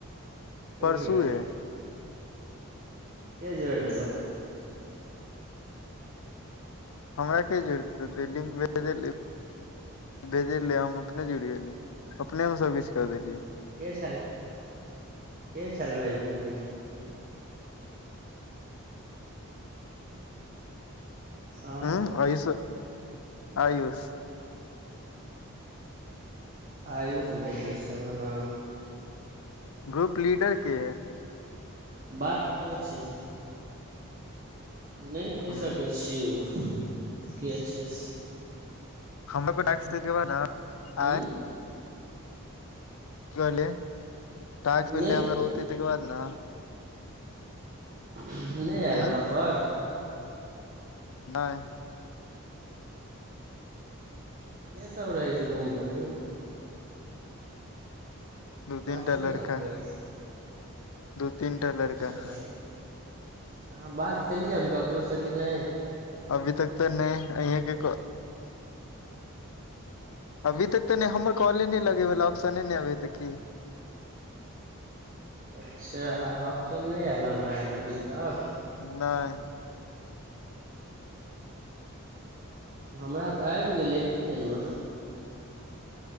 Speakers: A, on the right (about 40°); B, on the left (about 75°).
A: कहिया
B: परसू ए
A: के जोरि देलक
B: हमरा के जोड़ देतय लिंक भेज भेजले हम अपने जुटि गेली अपने मे सबकिछु क देलियै
A: के छल के छल भैजने लिंक आ
B: ह आयुस आयुस
A: आयुष भेजने छल हँ
B: ग्रुप लीडर के
A: बात करै छियै से नहि कहि
B: हूँ
A: सकै छिय ओ के छै से
B: हमरा प डाक देब ने
A: ह
B: आय <unintelligible> की कहली टास्क हमरा
A: नहि
B: भेले हमरा बहुते तकर बाद ने
A: नहि आयल
B: हूँ
A: यहाँ पर
B: नहि
A: के सब रहै छै रूम पर यो
B: दू तीनटा
A: हँसैया
B: लड़का
A: कोइ
B: दू तीनटा लड़का
A: अच्छा तऽ अहाँ बात केलियै अभी ककरो सँ कि नहि
B: अभी तक तऽ नहि अहा के अभी तक तऽ नहि हमर कॉले नहि लगे ऑप्शने ने अभी त की
A: अच्छा ऑप्शन नहि आयल है अभी तक
B: नहि
A: हमरा तऽ आबि गेल एक‌ के दिनमे